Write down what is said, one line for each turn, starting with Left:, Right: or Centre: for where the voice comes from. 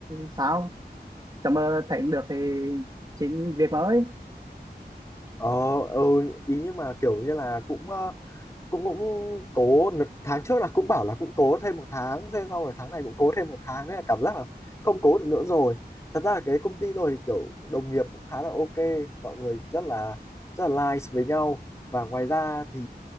Right: sao tầm mơ thấy không được thì xin việc mới
Left: Ờ, ừ, ý nhưng mà kiểu như là cũng ờ, cũng cũng cố đợt- tháng trước là cũng bảo là cũng cố thêm một tháng thế sau rồi tháng này cũng cố thêm một tháng nên là cảm giác là không cố được nữa rồi thật ra là cái công ty rồi kiểu đồng nghiệp cũng khá là ok mọi người rất là rất là nice với nhau và ngoài ra thì